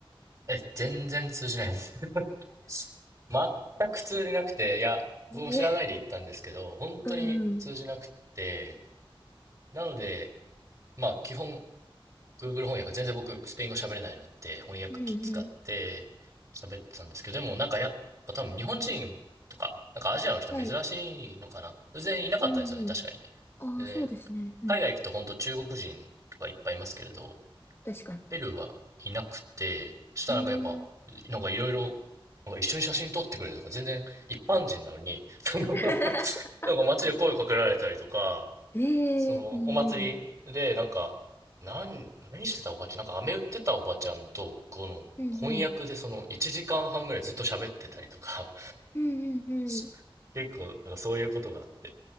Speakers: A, on the right (about 35°); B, on the left (about 25°).
A: え、全然通じないです。<laughs> 全く通じなくて、いや、僕も知らないで行ったんですけど、
B: え <laughs> え、
A: 本当に通じなくて、
B: うんうん、
A: なので、まあ、基本 Google 翻訳、全然僕、スペイン語喋れないので、翻訳機使って喋ってたんですけど、
B: うんうん。
A: でもなんかやっぱ多分日本人とか、なんかアジアの人珍しいのかな。
B: はい。
A: 全然いなかったんですよね、
B: うんうん。
A: 確かに。
B: ああ、
A: でね、
B: そうですね。うん。
A: 海外行くと本当中国人とかいっぱいいますけれど、
B: 確かに。
A: ペルーはいなくて、そしたらなんかやっぱ、
B: うーん。
A: なんかいろいろ、なんか一緒に写真撮ってくれるとか、全然一般人なのに、その <laughs>
B: <laughs>
A: なんか街で声かけられたりとか、
B: ええ、
A: その、
B: うんうん。
A: お祭りで、なんか、何、何してたおばちゃん、なんか飴売ってたおばちゃんと、この、
B: うんうん。
A: 翻訳でその、1時間半ぐらいずっと喋ってたりとか、
B: うんうんうん
A: <laughs> 結構、なんかそういうことがあって、